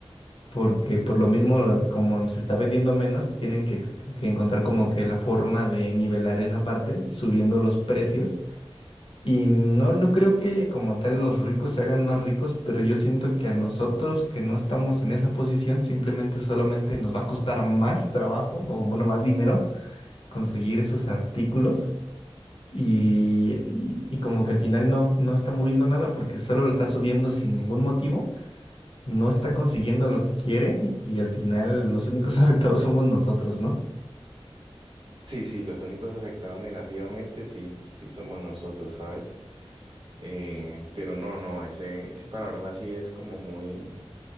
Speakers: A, on the left; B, on the right.
A: porque por lo mismo, como se está vendiendo menos, tienen que, que encontrar como que la forma de nivelar esa parte, subiendo los precios. Y no, no creo que como tal los ricos se hagan más ricos, pero yo siento que a nosotros que no estamos en esa posición, simplemente solamente nos va a costar más trabajo, o bueno, más dinero conseguir esos artículos. Y, y- y como que al final no, no está moviendo nada porque solo lo está subiendo sin ningún motivo no está consiguiendo lo que quiere y al final los únicos <laughs> afectados somos nosotros, ¿no?
B: Sí, sí, los únicos afectados negativamente, sí, sí somos nosotros, ¿sabes? Eh, pero no, no, ese, ese panorama sí es como muy,